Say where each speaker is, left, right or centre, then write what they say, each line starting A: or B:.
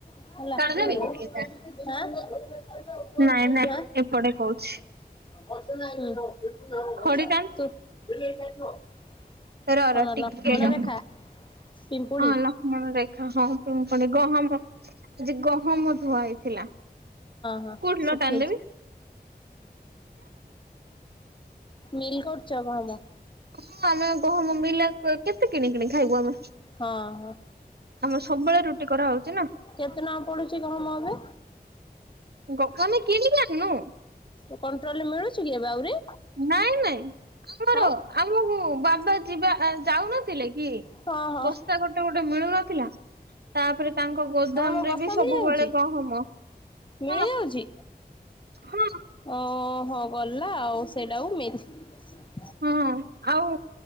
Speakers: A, on the left; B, on the right.
A: ହେଲା
B: କାଢିଦେବି
A: ଆଁ
B: ନାଇଁ ନାଇଁ
A: ଆଁ।
B: ଏପଟେ କହୁଛି
A: ହୁଁ
B: ଖଡି
A: ତୁ
B: ରହ
A: କଣ
B: ରହ ଟିକେ
A: ଲକ୍ଷ୍ମଣ
B: ରହ।
A: ରେଖା ପିମ୍ପୁଡି
B: ହଁ ଲକ୍ଷ୍ମଣ ରେଖା ହଁ ପୁ ପୁଣି ଗହମ ଆଜି ଗହମ ଧୁଆ ହେଇଥିଲା
A: ହଁ
B: କୋଉଠି
A: ଶୁଖେଇଛି
B: ଲୋ ଟାଣିଦେବି
A: ମିଲ କରୁଚ ଗହମ।
B: ହଁ ଆମେ ଗହମ ମିଲା କ କେତେ କିଣି କିଣି ଖାଇବୁ ଆମେ
A: ହଁ ହଁ
B: ଆମର ସବୁବୋଳେ ରୁଟି କରାହୋଉଚି ନା।
A: କେତେ ଟଙ୍କା ପଡୁଚି ଗହମ ଏବେ।
B: ଗହ ଆମେ କିଣିକି ଆଣୁନୁ।
A: ଉଁ କଣ୍ଟ୍ରୋଲ ରେ ମିଳୁଚି କି ଏବେ ଆହୁରି।
B: ନାଇଁ ନାଇଁ ଆମର
A: ଆଉ
B: ଆମୁକୁ ବାବା ଯିବା ଆ ଯାଉନା ଥିଲେ କି
A: ହଁ ହଁ
B: ବସ୍ତା ଗୋଟେ ଗୋଟେ ମିଳୁନଥୁଲା। ତାପରେ ତାଙ୍କ ଗୋଦାମ
A: ଗହମ
B: ରେ
A: ବସ୍ତା
B: ବି ସବୁବୋଳେ
A: ମିଳିଯାଉଛି
B: ଗହମ।
A: ମିଳିଯାଉଛି।
B: ହଁ ହଁ
A: ଓହୋ ଗଲା ଆଉ ସେଇଡ଼ାକୁ <unintelligible>
B: ହଁ ଆଉ